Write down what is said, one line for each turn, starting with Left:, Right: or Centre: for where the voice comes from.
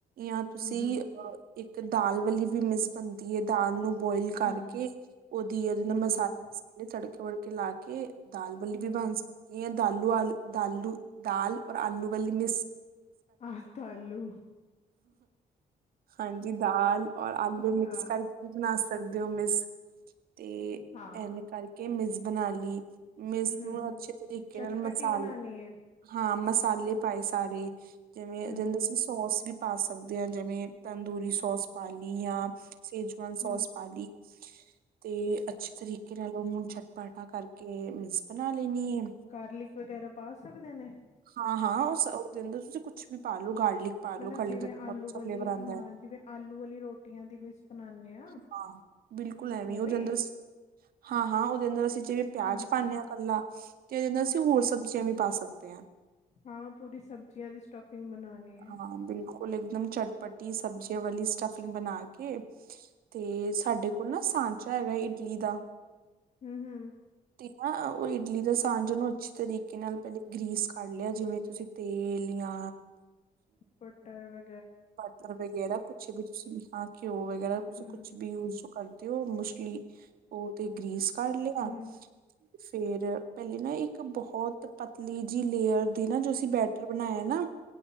Right: ਜਾਂ ਤੁਸੀ
Left: ਹੂੰ ਹੂੰ
Right: ਅ ਇਕ ਦਾਲ ਵਾਲੀ ਵੀ ਮਿਸ ਬਣਦੀ ਏ ਦਾਲ ਨੂੰ ਬੋਇਲ ਕਰਕੇ
Left: ਹੂੰ
Right: ਉਹਦੀ ਉਹਦੇ ਨਾਲ
Left: ਹੂੰ
Right: ਮਸਾਲੇ
Left: ਹੂੰ
Right: ਤੜਕੇ ਵੜਕੇ ਲਾ ਕੇ ਦਾਲ ਬਲੀ
Left: ਹੂੰ
Right: ਵੀ ਬਾਂ ਸਕਦੀ ਹੈ ਦਾਲੂ ਆਲੂ ਦਾਲੂ ਦਾਲ ਔਰ ਆਲੂ ਵਾਲੀ ਮਿਸ
Left: ਆਹ ਦਾਲੂ
Right: ਹਾਂਜੀ ਦਾਲ ਔਰ ਆਲੂ
Left: ਹਾਂ
Right: ਮਿਕਸ ਕਰਕੇ ਵੀ ਬਣਾ ਸਕਦੇ ਹੋ ਮਿਸ ਤੇ
Left: ਹਾਂ
Right: ਐਵੇ ਕਰਕੇ ਮਿਸ ਬਣਾ ਲਈ ਮਿਸ
Left: ਹੂੰ ਹੂੰ
Right: ਨੂੰ ਅੱਛੇ ਤਰੀਕੇ
Left: ਚਟਪਟੀ
Right: ਨਾਲ ਮਸਾਲੇ
Left: ਬਣਾਣੀ ਹੈ
Right: ਹਾਂ, ਮਸਾਲੇ ਪਾਏ ਸਾਰੇ, ਜਿਵੇਂ
Left: ਹੂੰ
Right: ਜੀਹਦੇ
Left: ਹੂੰ
Right: ਤੇ ਸੋਸ ਵੀ ਪਾ ਸਕਦੇ ਆ ਜਿਵੇਂ ਤੰਦੂਰੀ ਸੋਸ ਪਾ ਲਈ ਜਾਂ ਸੇਜਵਾਨ ਸੋਸ
Left: ਹੂੰ
Right: ਪਾ ਲਈ ਤੇ ਅੱਛੇ ਤਰੀਕੇ ਨਾਲ ਉਹਨੂੰ ਛਟਪਾਟਾ ਕਰਕੇ ਮਿਸ ਬਣਾ ਲੈਣੀ ਹੈ
Left: ਗਾਰਲਿਕ ਵਗੈਰਾ ਪਾ ਸਕਦੇ ਨੇ।
Right: ਹਾਂ-ਹਾਂ ਉਹ ਉਹਦੇ ਤੁਸੀ ਕੁਛ ਵੀ ਪਾਲਓ ਗਾੜ <unintelligible>
Left: ਮਤਲਬ ਜਿਵੇਂ
Right: ਬਹੁਤ
Left: ਆਲੂ
Right: ਅੱਛਾ
Left: ਵਾਲੀ
Right: ਫਲੈਵਰ ਆਂਦਾ
Left: ਹਾਂ ਜਿਵੇਂ ਆਲੂ ਵਾਲੀ ਰੋਟੀਆਂ ਦੀ ਮਿਸ ਬਣਾਨੇ ਆ
Right: ਹਾਂ। ਬਿਲਕੁਲ ਐਵੇ
Left: ਉਵੇਂ
Right: ਉਹਦੇ ਅੰਦਰ ਹਾਂ-ਹਾਂ ਉਹਦੇ ਅੰਦਰ ਅਸੀ ਜਿਵੇ ਪਿਆਜ
Left: ਹੂੰ
Right: ਪਾਣੇ ਹਾਂ ਕੱਲਾ ਤੇ ਨਾਲ ਅਸੀ ਹੋਰ ਸਬਜ਼ੀਆਂ ਵੀ ਪਾ ਸਕਦੇ ਹਾਂ।
Left: ਹਾਂ ਪੂਰੀ ਸਬਜ਼ੀਆਂ ਦੀ ਸਟਫਿੰਗ ਬਣਾਣੀ ਹੈ
Right: ਹਾਂ ਬਿਲਕੁਲ ਇੱਕ ਦਮ ਚਟਪਟੀ ਸਬਜ਼ੀਆਂ ਵਾਲੀ ਸਟਫਿੰਗ ਬਣਾ ਕੇ ਤੇ ਸਾਡੇ ਕੋਲ ਨਾ ਸਾਂਚਾ ਹੈਗਾ ਇਡਲੀ ਦਾ
Left: ਹੂੰ-ਹੂੰ
Right: ਤੇ ਉਹ ਇਡਲੀ ਦਾ ਸਾਂਚੇ ਉਹਨੂੰ ਅੱਛੇ ਤਰੀਕੇ ਨਾਲ ਪਹਿਲੇ ਗ੍ਰੀਸ ਕਰ ਲਿਆ ਜਿਵੇ ਤੁਸੀ ਤੇ ਲੀਆਂ
Left: ਬਟਰ ਵ
Right: ਬਟਰ ਵਗੈਰਾ ਕੁਛ ਵੀ ਤੁਸੀ ਹਾਂ ਘਿਓ ਵਗੈਰਾ ਤੁਸੀ
Left: ਹੂੰ
Right: ਕੁਛ ਵੀ ਯੁਜ ਕਰਦੇ ਓ ਮੁਛਲੀ ਉਹ ਤੇ ਗ੍ਰੀਸ ਕਰ ਲਿਆ।
Left: ਹੂੰ,
Right: ਫੇਰ ਪਹਿਲੇ ਨਾ ਇਕ ਬਹੁਤ ਪਤਲੀ ਜਿ ਲੇਅਰ ਦੀ ਨਾ ਜੋ ਅਸੀ ਬੈਟਰ ਬਣਾਇਆ ਨਾ,